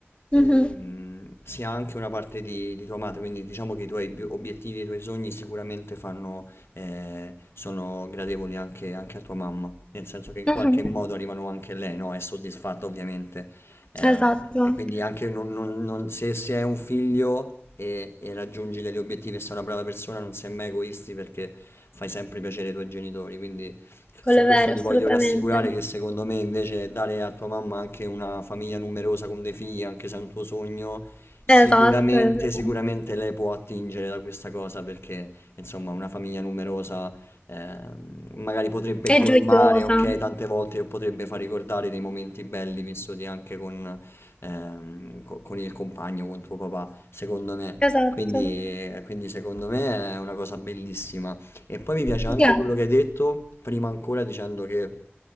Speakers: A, on the left (about 70°); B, on the left (about 25°).
A: ehm,
B: Mhm,
A: sia anche una parte di, di tua madre, quindi diciamo che i tuoi bi- obiettivi e i tuoi sogni sicuramente fanno, eh, sono gradevoli anche, anche a tua mamma, nel senso che in
B: mhm.
A: qualche modo arrivano anche a lei, no? È soddisfatta ovviamente. eh,
B: Esatto,
A: e quindi anche non- non- non- se, se hai un figlio e, e raggiungi degli obiettivi e sei una brava persona, non sei mai egoisti perché fai sempre piacere ai tuoi genitori, quindi...
B: quello
A: Su
B: è
A: questo
B: vero,
A: ti
B: assolutamente.
A: voglio rassicurare che secondo me invece dare a tua mamma anche una famiglia numerosa con dei figli, anche se è un tuo sogno, sicuramente,
B: Esatto, è vero.
A: sicuramente lei può attingere da questa cosa perché insomma una famiglia numerosa ehm, magari potrebbe
B: È
A: colmare,
B: gioiosa.
A: ok, tante volte o potrebbe far ricordare dei momenti belli vissuti anche con, ehm, co- con il compagno, con tuo papà, secondo me.
B: Esatto.
A: Quindi, quindi secondo me è una cosa bellissima. E poi mi piace anche
B: Grazie.
A: quello che hai detto, prima ancora dicendo che,